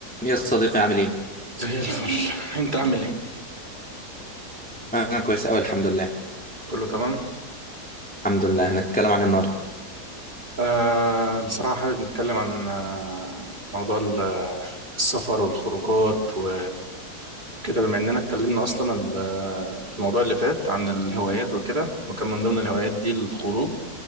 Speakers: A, in the centre; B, on the right.
A: يا صديقي عامل ايه؟
B: زي الفل <laughs> انت عامل ايه
A: انا كويس اوي الحمد لله
B: كله تمام
A: الحمد لله هنتكلم عن إيه النهارده
B: آه بصراحة حابب نتكلم عن آه، موضوع ال- آه، السفر والخروجات و- وكده بما اننا اتكلمنا اصلا ال- آه، في الموضوع اللي فات عن الهوايات وكده وكان من ضمن الهوايات دي الخروج